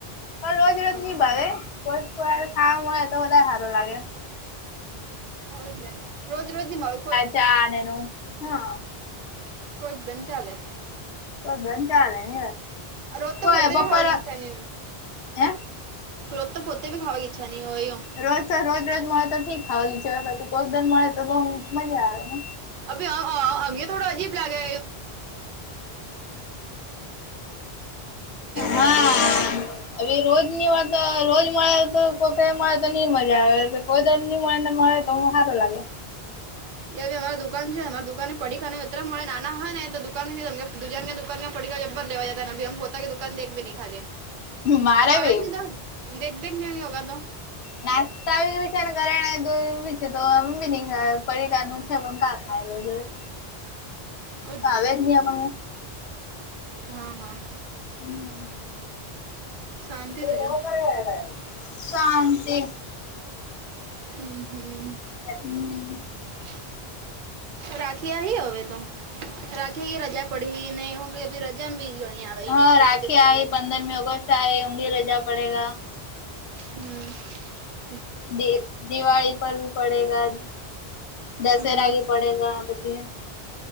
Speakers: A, on the left (about 80°); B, on the right (about 55°).
A: પણ રોજ રોજની
B: હમ
A: ભાવ કોઈક વાર હા મળે તો વઘારે હારુ લાગે.
B: આવુજ ને રોજ રોજ નિ ભાવે.
A: ચાને એનું હા.
B: કોક દિન ચાલે.
A: કોક દન ચાલે <inaudible>
B: રોજ તો
A: કોઈ
B: પોતે
A: બપોર
B: ખાવા ની ઈચ્છા ની હોય.
A: હે
B: રોજ તો પોતે ભી ખાવાની ઈચ્છા નહી હોયયો.
A: રોજ તો રોજ રોજ મળે તો ઠીક ખાવા ની ઈચ્છા તો બાકી કોક દિ મળે તો બઉ મજા આવે.
B: અભી અ અ અ અમે થોડો અજીબ લાગે <unintelligible>
A: હા
B: <unintelligible>
A: હવે રોજની વાત રોજ મળે તો કોકે મળે તો ની મજા આવે કોઈ દન ની મળે ને મળે તો હારો લાગે.
B: <unintelligible> જેબી અમારા દુકાન છે ને અમારા દુકાનને પડીખાને અતરંમ મળે નાના હ ને તો દુકાન <unintelligible> દુકાન ના પડીકા જ્બર લેવા જતા ના અભી હમ પોતા કે દુાકાન મા એક ભી ની ખાઘી.
A: મારે
B: ભાવેજની
A: બી
B: તો દેખ દેખને ની હોગા તો
A: નાસ્તા <unintelligible> તુતો હમ બી ની ખાય પડીકા નુ છે હમ કા ખાય રોજ રોજ
B: ઓજ
A: ભાવે
B: ને
A: જ ની આપણને
B: હા હા.
A: હમ્મ.
B: શાંતિ
A: તે
B: તુજો
A: હું કરે હે શાંતિ.
B: હમ્મ હમ્મ.
A: હમ
B: <unintelligible> રાખી આવી હવે તો રાખી કી રજા પડી ને હું ને અભી રજ. જેમ બી ગણી આવે ઈ
A: હા
B: ઈતો
A: રાખી
B: તહેવાર
A: આવી
B: આવે
A: પંદરમી ઓગસ્ટ ચાય રજા પડેગા.
B: હમ્મ.
A: દિ દિવાળી પણ પડેગા. દશેરા
B: હમ
A: ભી પડેગા પછી